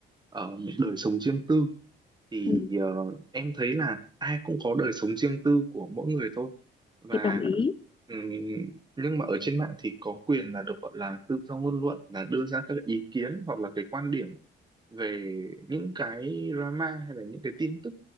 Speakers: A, on the right (about 20°); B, on the left (about 25°).
A: ở đời sống riêng tư thì
B: ừ.
A: ờ, em thấy là ai cũng có đời sống riêng tư của mỗi người thôi và
B: chị đồng ý
A: ừm, nhưng mà ở trên mạng thì có quyền là được gọi là tự do ngôn luận là đưa ra các ý kiến hoặc là cái quan điểm về những cái drama hay là những cái tin tức